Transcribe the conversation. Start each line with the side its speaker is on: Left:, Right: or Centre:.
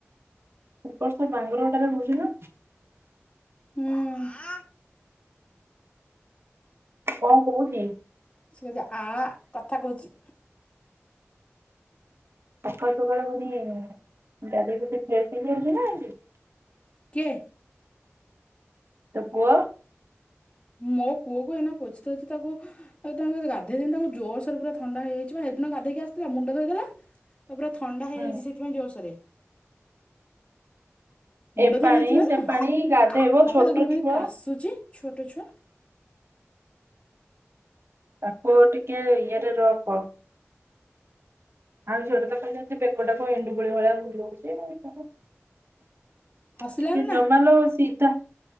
Right: ଉପରସେ ବାଙ୍ଗଲୋର ଟାରେ ରହୁଛି ନା।
Left: ହୁଁ।
Right: କଣ କହୁଛି?
Left: ସେ ଯା ଆ କଥା କହୁଛି।
Right: ସକାଳୁ ସକାଳୁ ମାନେ ଗାଧେଇ ପାଧେଇ ଫ୍ରେଶ ହେଇଯାଉଛି ନା ହେମିତିି।
Left: କିଏ?
Right: ତୋ ପୁଅ?
Left: ମୋ ପୁଅ କୁ ଏଇନା ପୋଛି ଦଉଛି ତାକୁ ଆଉ ତାକୁ ଆଗେ ଗାଧେଇ ଦେଇନି ତାକୁ ଜୋର୍ ସେରେ ପୁରା ଥଣ୍ଡା ହେଇଯାଇଛି ବା ହେଦିନ ଗାଧେଇକି ଆସିିଥିଲା ମୁଣ୍ଡ ଧୋଇଦଲା ତାକୁ ପୁରା ଥଣ୍ଡା ହେଇଯାଇଛି
Right: ହୁଁ
Left: ସେଥିପାଇଁ ଜୋସରେ। ମୁଣ୍ଡ
Right: ଏ
Left: ଧୋଇ
Right: ପାଣି
Left: ଦେଇଥିଲା
Right: ସେ
Left: ନା
Right: ପାଣି ଗାଧେଇବ
Left: ହଁ
Right: ଛୋଟ
Left: ପା ଦେଖୁନୁ କେମିତି
Right: ଛୁଆ
Left: କାଶୁଛି ଛୋଟ ଛୁଆ।
Right: ତାକୁ ଟିକେ ଇଏରେ ରଖ। ଆଉ ଝୋରେ ତ କହିଲେ ଏମିତି ବେକଟାକୁ ଏଣ୍ଡୁ କୋଳି ଭଳିଆ ବୁଲଉଛି ଆଉ କଣ।
Left: ହସିଲାନି
Right: ସିଏ
Left: ନା
Right: ଜମା ଲୋ ସୀଧା